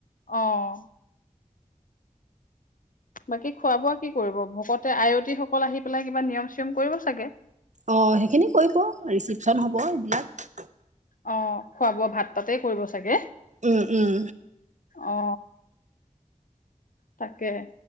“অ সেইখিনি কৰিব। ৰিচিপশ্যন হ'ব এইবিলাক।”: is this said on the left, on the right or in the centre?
Right